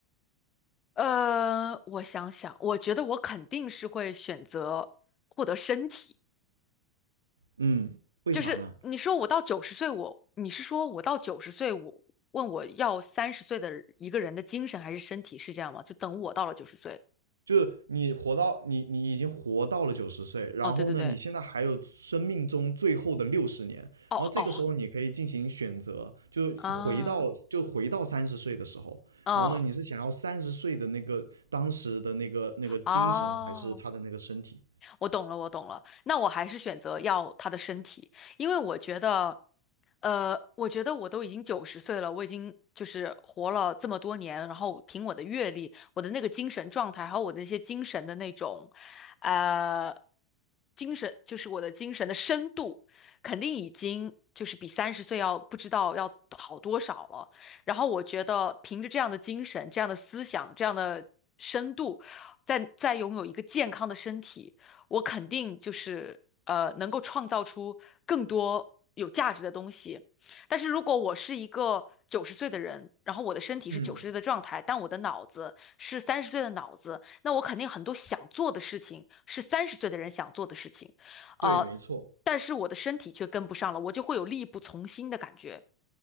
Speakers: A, on the left; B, on the right.
A: 呃，我想想，我觉得我肯定是会选择获得身体。
B: 嗯，为啥呢？
A: 就是你说我到九十岁我，你是说我到九十岁我问我要三十岁的人一个人的精神还是身体是这样吗？就等我到了九十岁。
B: 就是你活到你你已经活到了九十岁，然后呢，
A: 哦，对对对，
B: 你现在还有生命中最后的六十年，然后这个时候你可以进行选择，
A: 哦哦
B: 就回到就回到三十岁的时候，
A: 啊啊
B: 然后呢，你是想要三十岁的那个当时的那个那个精神，
A: 哦，
B: 还是他的那个身体？
A: 我懂了，我懂了。那我还是选择要他的身体，因为我觉得，呃，我觉得我都已经九十岁了，我已经就是活了这么多年，然后凭我的阅历、我的那个精神状态，还有我的那些精神的那种，呃，精神就是我的精神的深度，肯定已经就是比三十岁要不知道要好多少了。然后我觉得凭着这样的精神、这样的思想、这样的深度，再再拥有一个健康的身体。我肯定就是呃能够创造出更多有价值的东西。但是如果我是一个九十岁的人，然后我的身体是九十岁的状态，
B: 嗯，
A: 但我的脑子是三十岁的脑子，那我肯定很多想做的事情是三十岁的人想做的事情，呃，
B: 对，没错。
A: 但是我的身体却跟不上了，我就会有力不从心的感觉，